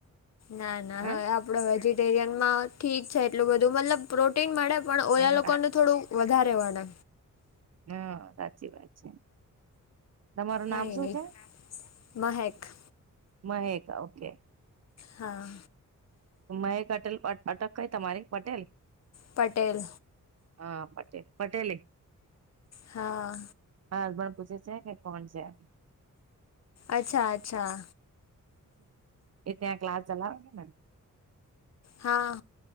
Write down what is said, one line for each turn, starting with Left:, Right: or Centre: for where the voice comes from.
Left: ના, ના,
Right: હા
Left: હવે આપડ વેજીિટેરિયનમાં ઠીક છે એટલું બધું, મતલબ. પ્રોટીન મળે, પણ ઓલા
Right: નહી
Left: લોકોને
Right: બરા
Left: થોડું વધારે પડે.
Right: હા, સાચી વાત છે. તમારું
Left: કઈ
Right: નામ શું
Left: નહી
Right: છે?
Left: મહેક
Right: મહેકા, ઓકે.
Left: હા
Right: મહેક અટેલ અટક કઈ તમારી પટેલ
Left: પટેલ
Right: હા પટેલ પટેલી
Left: હા
Right: હા હસબન્ડ પૂછે છે કે કોણ છે
Left: અચ્છા અચ્છા
Right: એ ત્યાં ક્લાસ ચલાવશે ને
Left: હા